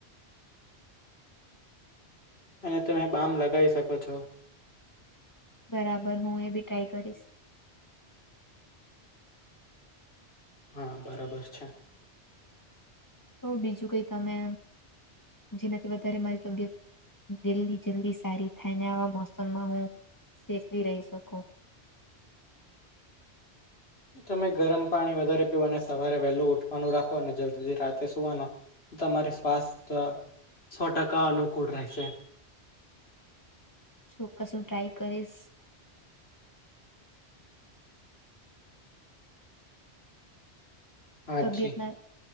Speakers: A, on the left; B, on the left.
A: અને તમે બામ લગાવી શકો છો
B: બરાબર હું એ બી ટ્રાય કરીશ
A: હા બરાબર છે.
B: તો બીજું કઈ તમે જેનાથી વધારે મારી તબિયત જલ્દી જલ્દી સારી થાયને આવા મોસમમાં હું સેફલી રહી શકું
A: તમે ગરમ પાણી વધારે પીવો અને સવારે વહેલું ઉઠવાનું રાખો અને જલ્દીથી રાતે સુવાનો તમારે સ્વાસ્થ્ય સો ટકા અનુકૂળ રહેશે
B: ચોક્કસ હું ટ્રાય કરીશ
A: હાજી
B: તબિયતના